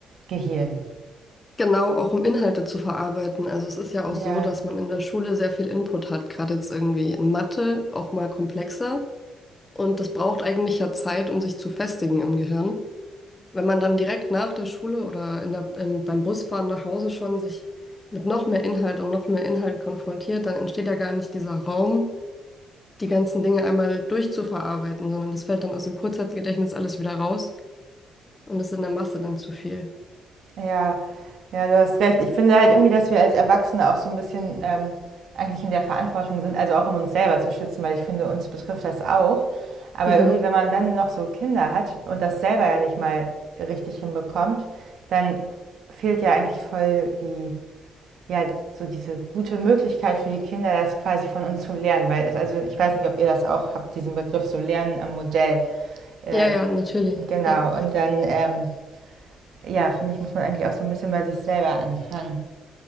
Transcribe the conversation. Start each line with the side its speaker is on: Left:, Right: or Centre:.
Right: Gehirn.
Left: Genau, auch um Inhalte zu verarbeiten. Also es ist ja auch
Right: Ja.
Left: so, dass man in der Schule sehr viel Input hat, gerade jetzt irgendwie in Mathe, auch mal komplexer. Und das braucht eigentlich ja Zeit, um sich zu festigen im Gehirn. Wenn man dann direkt nach der Schule oder in der, in, beim Busfahren nach Hause schon sich mit noch mehr Inhalt und noch mehr Inhalt konfrontiert, dann entsteht ja gar nicht dieser Raum, die ganzen Dinge einmal durchzuverarbeiten, sondern das fällt dann aus dem Kurzzeitgedächtnis alles wieder raus und ist in der Masse dann zu viel.
Right: Ja, ja, du hast recht. Ich finde halt irgendwie, dass wir als Erwachsene auch so ein bisschen ähm, eigentlich in der Verantwortung sind, also auch um uns selber zu schützen, weil ich finde, uns betrifft das auch. Aber
Left: Mhm.
Right: irgendwie, wenn man dann noch so Kinder hat und das selber ja nicht mal richtig hinbekommt, dann fehlt ja eigentlich voll die, ja, so diese gute Möglichkeit für die Kinder, das quasi von uns zu lernen. Weil es, also ich weiß nicht, ob ihr das auch habt, diesen Begriff so Lernen am Modell. Äh,
Left: Ja, ja, natürlich.
Right: genau,
Left: Ja,
Right: und dann ähm, ja, finde ich, muss man eigentlich auch so ein bisschen bei sich selber anfangen.